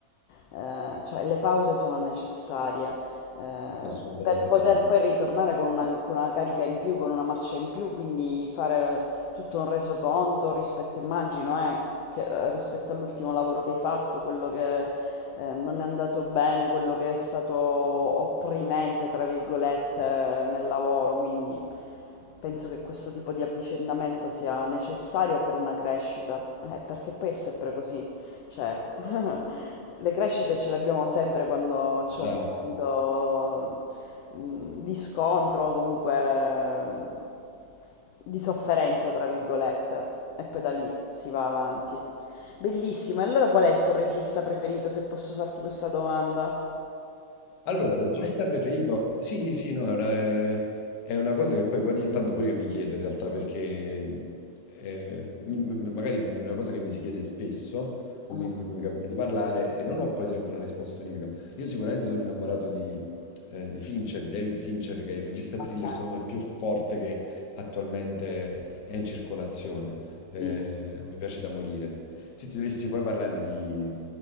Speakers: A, on the left; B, on the left.
A: eh, cioè le pause sono necessarie, eh,
B: Assolutamente
A: per poter
B: sì,
A: poi ritornare con una, con una carica in più, con una marcia in più, quindi fare tutto un resoconto rispetto, immagino, eh, che- eh, rispetto all'ultimo lavoro che hai fatto, quello che eh, non è andato bene, quello che è stato opprimente, tra virgolette, nel lavoro, quindi penso che questo tipo di avvicendamento sia necessario per una crescita, eh, perché poi è sempre così, cioè, <laughs> le crescite ce le abbiamo sempre quando c'è
B: esatto.
A: un momento mh, di scontro o comunque di sofferenza, tra virgolette, e poi da lì si va avanti. Bellissimo, e allora qual è il tuo regista preferito, se posso farti questa domanda?
B: Allora, regista
A: Se...
B: preferito? Sì, sì, no, è una, eh, è una cosa che poi ogni tanto pure io mi chiedo in realtà perché mh, eh, m- m- magari mi- una cosa che mi si chiede spesso o
A: Ah,
B: mi- di cui mi capita di parlare e non ho poi sempre una risposta univoca. Io sicuramente sono innamorato di, eh, di Fincher, di David Fincher, che è il regista
A: ok,
B: thriller secondo me più forte che attualmente è in circolazione. Eh,
A: sì.
B: mi piace da morire. Se ti dovessi poi parlare di,